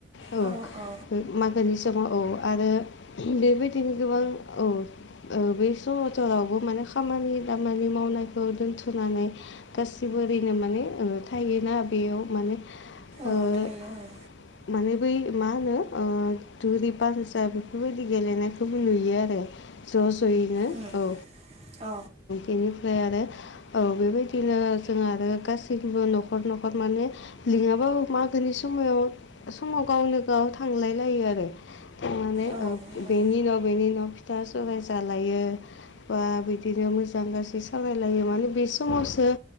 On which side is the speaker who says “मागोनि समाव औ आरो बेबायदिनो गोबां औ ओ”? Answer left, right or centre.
Left